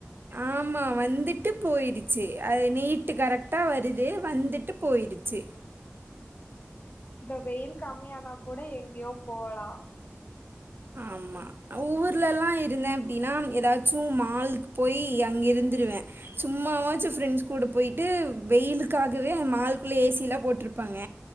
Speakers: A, on the right; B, on the left.
A: ஆமா வந்துட்டு போய்டுச்சு அது நீட்டு கரெக்டா வருது வந்துட்டுப் போய்ருச்சு
B: இந்த வெயில் கம்மியானா கூட எங்கயோ போலா
A: ஆமா ஊர்லல்லா இருந்த அப்டினா ஏதாச்சு மால்கு போய் அங்க இருந்துருவ சும்மாவாச்சு ஃப்ரெண்ட்ஸ் கூட போய்ட்டு வெயிலுக்காகவே மால்க்குள்ள ஏசிலா போட்ருப் ப்பாங்க